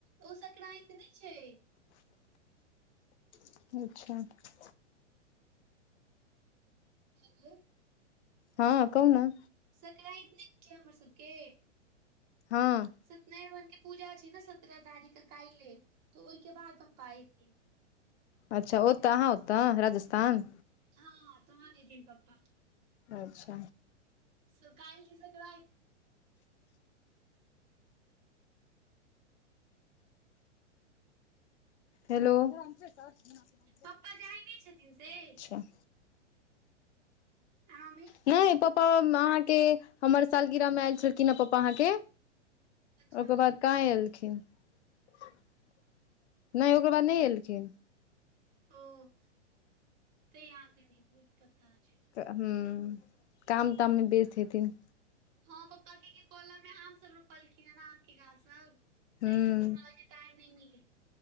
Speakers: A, on the right; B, on the left.
A: ओ संकरात नहि छै
B: <inaudible>
A: <inaudible>
B: हँ कहु न
A: संक्रत नहि छै हमर सभके
B: हँ
A: सत्यनारायण भगवानके पूजा छै ने सत्रह तारीख के काइले तऽ ओहिके बाद पापा एयथि
B: अच्छ ओतऽ अहाँ ओतऽ राजस्थान
A: हँ तहन ऐतहिन पप्पा
B: अच्छ
A: स काइल छीए संक्राइत
B: हेलो <unintelligible>
A: पप्पा जाइ नहि छथिन से आ
B: अच्छ
A: <inaudible>
B: नहि पप्पा अहाँके हमर सालगिरह मे आयल छलखिन हे पापा अहाँके
A: अच्छा
B: ओ
A: ओहिके
B: क बाद क
A: बाद
B: एलखिन <unintelligible> नहि ओकर बाद नहि एलखिन
A: ओ <unintelligible> तऽ यहाँके न बुझ पता छै
B: तऽ हँ काम ताममे व्यस्त हेथिन
A: हँ पप्पा के कल मे आम सब रोपलखिन हेँ आम के गाछ सब
B: हूँ
A: तऽ ई सब टाइम नाए मिले